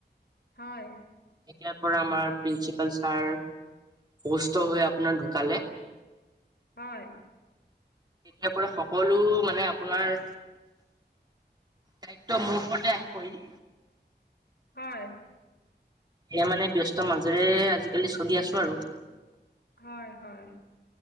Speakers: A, on the left (about 65°); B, on the right (about 25°).
A: হয়।
B: এতিয়াৰ পৰা আমাৰ প্ৰিন্সিপাল ছাৰ অসুস্থ হৈ আপোনাৰ ঢুকালে।
A: হয়।
B: এতিয়া পৰা সকলো মানে আপোনাৰ দায়িত্ব মোৰ ওপৰতে আহি পৰিল।
A: হয়।
B: সেয়া মানে ব্যস্ত মাজেৰে আজিকালি চলি আছোঁ আৰু।
A: হয়-হয়।